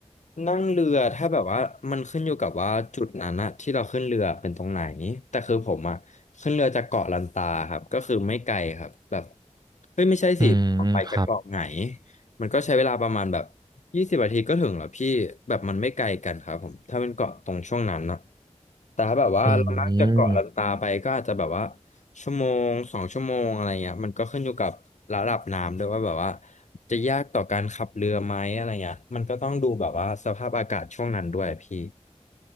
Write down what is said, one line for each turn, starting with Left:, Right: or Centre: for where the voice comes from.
Left: นั่งเรือถ้าแบบว่ามันขึ้นอยู่กับว่าจุดนั้นอะที่เราขึ้นเรือเป็นตรงไหนแต่คือผมอะขึ้นเรือจากเกาะลันตาครับก็คือไม่ไกลครับแบบเฮ้ยไม่ใช่สิออกไปจากเกาะไหน
Right: อืมครับ
Left: มันก็ใช้เวลาประมาณแบบยี่สิบนาทีก็ถึงแล้วพี่แบบมันไม่ไกลกันครับผมถ้าเป็นเกาะตรงช่วงนั้นนะแต่ถ้าแบบว่าเรานั่งจากเกาะลันตาไปก็อาจจะแบบว่า
Right: อืม
Left: ชั่วโมงสองชั่วโมงอะไรเงี้ยมันก็ขึ้นอยู่กับระดับน้ำด้วยว่าแบบว่า จะยากต่อการขับเรือไหมอะไรเงี้ยมันก็ต้องดูแบบว่าสภาพอากาศช่วงนั้นด้วยพี่